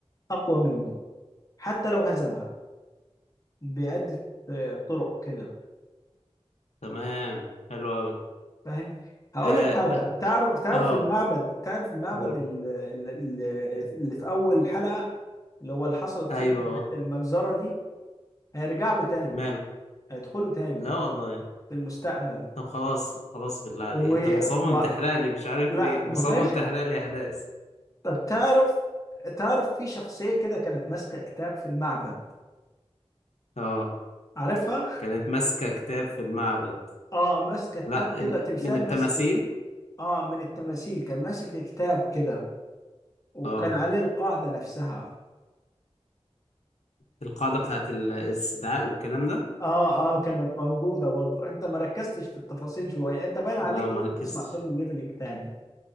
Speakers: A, on the left; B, on the left.
A: اقوى منه حتى لو هزمها بعده آه، طرق كده
B: تمام حلو قوي
A: فاهم هقول
B: اه
A: لك حاجه
B: ب...
A: تعرف تعرف
B: اه
A: المعبد تعرف المعبد
B: قول
A: ال- ال- ال- اللي في اول حلقه اللي هو اللي حصلت
B: ايوه
A: فيه
B: آه.
A: المجزره دي هيرجع له تاني
B: ماله
A: هيدخله تاني
B: لا والله
A: في المستقبل
B: طب خلاص خلاص بالله عليك
A: و...
B: انت مصمم
A: و...
B: تحرق لي مش عارف
A: لا
B: ليه مصمم
A: ما فيهاش
B: تحرق
A: حد
B: لي احداث
A: طب تعرف تعرف في شخصيه كده كانت ماسكه كتاب في المعبد
B: اه
A: عارفها <laughs>
B: كانت ماسكه كتاب في المعبد
A: اه ماسكه كتاب
B: لا
A: كده
B: ال...
A: تمثال
B: من التماثيل
A: ماسك اه من التماثيل كان ماسك كتاب كده وكان
B: اه
A: عليه القاعده نفسها
B: القاعده بتاعت ال- الاستدعاء والكلام ده
A: اه اه كانت موجودة برضو انت ما ركزتش في التفاصيل شوية انت باين
B: لا
A: عليك
B: ما
A: لازم
B: ركزتش
A: تسمع سولو ليفلينج تاني